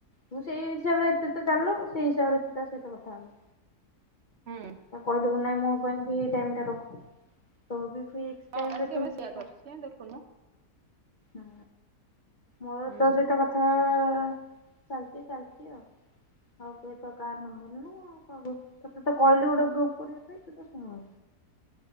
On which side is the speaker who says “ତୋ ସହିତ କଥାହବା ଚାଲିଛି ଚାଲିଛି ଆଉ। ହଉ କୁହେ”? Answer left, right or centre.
Left